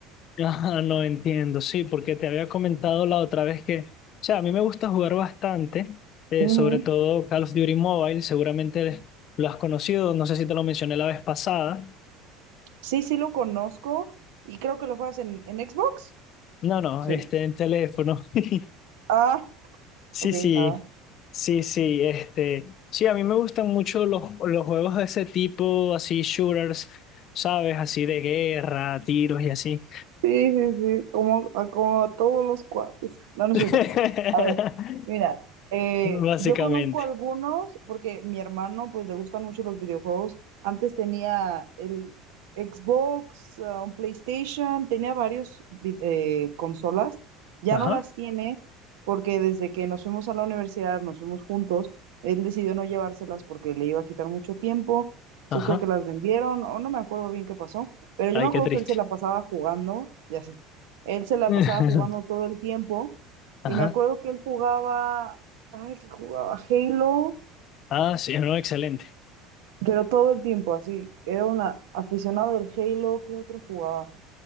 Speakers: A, on the left; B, on the right.
A: Ah, no entiendo, sí, porque te había comentado la otra vez que, o sea, a mí me gusta jugar bastante, eh,
B: Ujú.
A: sobre todo Call of Duty Mobile, seguramente lo has conocido, no sé si te lo mencioné la vez pasada.
B: Sí, sí lo conozco y creo que lo juegas en, en Xbox.
A: No, no,
B: Sí.
A: este, en teléfono. <laughs>
B: Ah,
A: Sí,
B: ok.
A: sí,
B: Ah.
A: sí, sí, este, sí, a mí me gustan mucho los, los juegos de ese tipo, así, shooters, ¿sabes? Así de guerra, tiros y así.
B: Sí, sí, sí, como, a- como a todos los cuates. No, no
A: <laughs>
B: es cierto. A ver, mira, eh,
A: Básicamente.
B: yo conozco algunos porque mi hermano, pues, le gustan mucho los videojuegos. Antes tenía el Xbox, ah, un PlayStation, tenía varios vi- eh, consolas. Ya
A: Ajá,
B: no las tiene porque desde que nos fuimos a la universidad, nos fuimos juntos, él decidió no llevárselas porque le iba a quitar mucho tiempo. Entonces
A: ajá,
B: creo que las vendieron o no me acuerdo bien qué pasó. Pero yo
A: ay,
B: me acuerdo
A: qué triste.
B: que él se la pasaba jugando, ya sé, él se la
A: <laughs>
B: pasaba jugando todo el tiempo
A: Ajá.
B: y me acuerdo que él jugaba, ay, que jugaba Halo,
A: Ah, sí, no, excelente.
B: pero todo el tiempo así, era un a- aficionado del Halo, ¿qué otro jugaba?